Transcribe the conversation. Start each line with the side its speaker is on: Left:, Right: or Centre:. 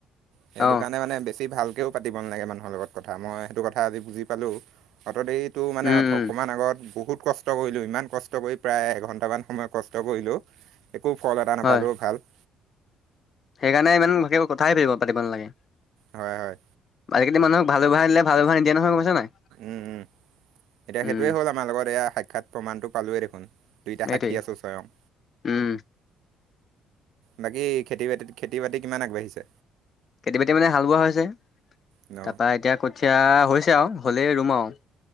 Right: সেইটো
Left: অ
Right: কাৰণে মানে বেছি ভাল বেছিকৈ পাতিব নালাগে মানুহৰ লগত কথা মই সেইটো কথা আজি বুজি পালোঁ অ' দেৰিত তোৰ মানে
Left: উম
Right: অকণমান
Left: উম
Right: আগত বহুত কষ্ট কৰিলোঁ ইমান কষ্ট কৰি প্ৰায় এঘন্টামান সময় কষ্ট কৰিলোঁ একো ফল এটা নাপালেও
Left: হয়
Right: ভাল
Left: সেইকাৰণে ইমান ভালে কথাহে ফৰিব পাতিব নালাগে
Right: হয় হয়।
Left: আজিকালি মানুহক ভাল ভাল ব্যৱহাৰৰ দিলে ভাল ব্যৱহাৰ নিদিয় নহয় পাইছ নাই
Right: উম উম এতিয়া
Left: উম
Right: সেইটোৱে হ'ল আমাৰ লগত এয়া সাক্ষৎ প্ৰমাণটো পালোই দেখোন দুইটা
Left: সেইটোৱেই
Right: সাক্ষী আছো স্বয়ং
Left: উম
Right: বাকী খেতি বাতিত খেতি বাতি কিমান আগবাঢ়িছে
Left: খেতি বাতি মানে হাল বোৱা হৈছে।
Right: ন
Left: তাৰপা এতিয়া কঠীয়া হৈছে আৰু হলেই ৰুম আৰু